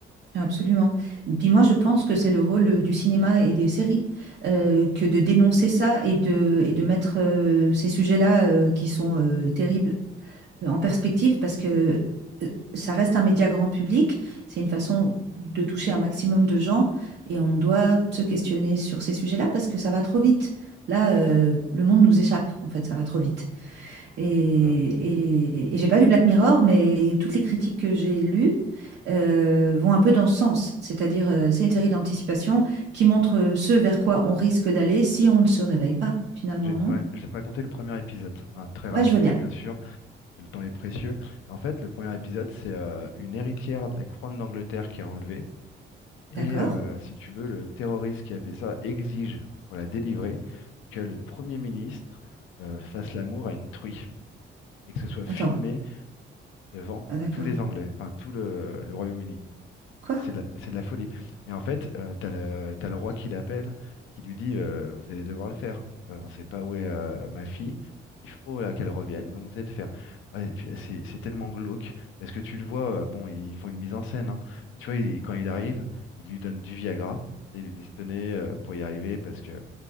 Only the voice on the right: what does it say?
Absolument. Puis moi, je pense que c'est le rôle euh, du cinéma et des séries euh, que de dénoncer ça et de, et de mettre euh, ces sujets-là euh, qui sont euh, terribles euh, en perspective parce que euh, ça reste un média grand public. C'est une façon de toucher un maximum de gens et on doit se questionner sur ces sujets-là parce que ça va trop vite. Là, euh, le monde nous échappe, en fait, ça va trop vite. Et,
et, et j'ai pas vu Black Mirror, mais toutes les critiques que j'ai lues euh, vont un peu dans ce sens. C'est-à-dire, euh, c'est une série d'anticipation qui montre euh, ce vers quoi on risque d'aller si on ne se réveille pas, finalement,
non?
Ouais, je veux bien.
D'accord.
Attends.
Ah, d'accord.
Quoi?